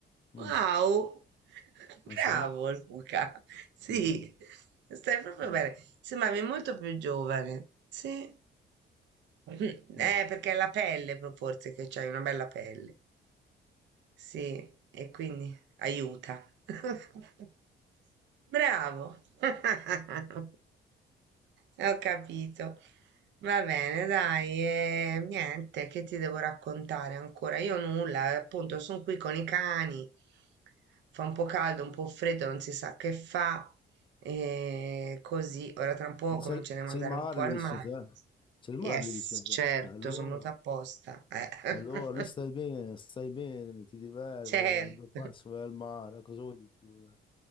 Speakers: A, on the right; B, on the left.
A: Wow!
B: Mm,
A: <laughs> Bravo
B: ah sì?
A: Luca! Sì,
B: Mm. <laughs>
A: stai proprio
B: Mm.
A: bene. Sembravi molto più giovane. Sì. Mm,
B: Ma,
A: Eh, perché è la pelle, proprio, forse, che c'hai una bella pelle. Sì, e quindi aiuta. <laughs> Bravo. <laughs> Ho capito. Va bene, dai, e niente, che ti devo raccontare ancora? Io nulla, eh, appunto, sono qui con i cani. Fa un po' caldo, un po' freddo, non si sa che fa. E così, ora tra un po'
B: ma
A: comincio
B: sei,
A: a
B: sei
A: mandare
B: il mare
A: un po'
B: lì
A: al
B: vicino
A: mare.
B: a te? C'è il
A: Yes,
B: mare lì vicino a
A: certo,
B: te? Eh, Allora,
A: sono venuta apposta. Eh.
B: allora lì stai bene, stai bene, lì ti diverti,
A: <laughs> Certo.
B: vai, due passi, vai al mare, cosa vuoi di più? dai?